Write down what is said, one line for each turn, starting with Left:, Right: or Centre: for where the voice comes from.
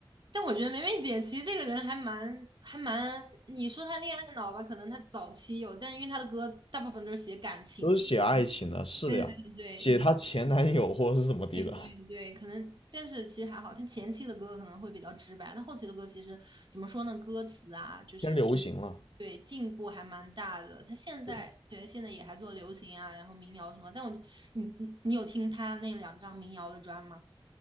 Right: 但我觉得梅梅姐其实这个人还蛮还蛮，你说她恋爱脑吧，可能她早期有，但是因为她的歌大部分都是写感情，
Left: 都是写爱情的，是的呀，
Right: 对对对对，
Left: 写她前男友或者是怎么地的，
Right: 对对对，可能，但是其实还好，他前期的歌可能会比较直白，那后期的歌其实怎么说呢？歌词啊，就是
Left: 偏流行了。
Right: 对进步还蛮大的。他现在对现在也还做流行啊，
Left: 对，
Right: 然后民谣什么。但我就你你你有听他那两张民谣的专吗？